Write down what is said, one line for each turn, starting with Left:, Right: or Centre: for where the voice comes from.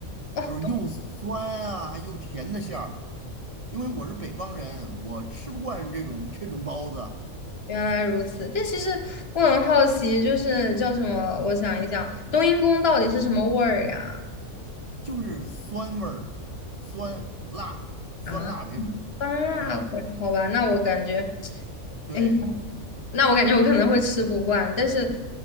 Left: 哦
Right: 就是又酸啊又甜的馅儿。因为我是北方人，我吃不惯这种这种包子，
Left: 原来如此，但其实我很好奇，就是叫什么？我想一想，冬阴功到底是什么味儿呀？
Right: 就是酸味儿，酸辣酸辣为主。
Left: 啊，酸辣味儿好吧，
Right: 嗯，
Left: 那我感觉，
Right: 对。
Left: 哎，那我感觉我可能会吃不惯。但是，